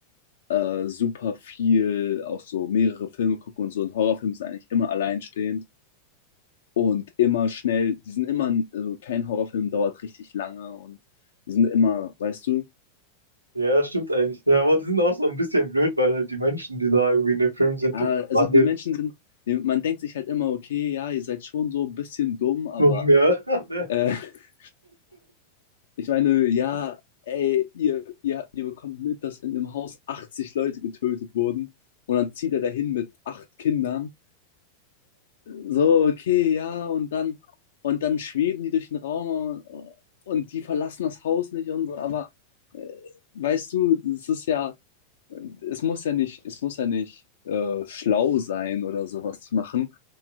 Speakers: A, on the left (about 60°); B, on the right (about 80°).
A: äh, super viel, auch so mehrere Filme gucken und so. Ein Horrorfilm ist eigentlich immer alleinstehend. und immer schnell, die sind immer, also kein Horrorfilm dauert richtig lange und die sind immer, weißt du,
B: Ja, stimmt eigentlich. Ja, aber die sind auch so ein bisschen blöd, weil halt die Menschen, die da irgendwie in dem Film sind,
A: ja,
B: die wandeln
A: also die Menschen sind, die- man denkt sich halt immer, okay, ja, ihr seid schon so ein bisschen dumm, aber
B: dumm, ja. <laughs>
A: äh, <laughs> ich meine, ja, ey, ihr, ihr, ihr bekommt mit, dass in dem Haus 80 Leute getötet wurden und dann zieht er dahin mit acht Kindern. So, okay, ja, und dann, und dann schweben die durch den Raum und, und die verlassen das Haus nicht und so, aber äh, weißt du, das ist ja, es muss ja nicht, es muss ja nicht äh, schlau sein oder sowas zu machen.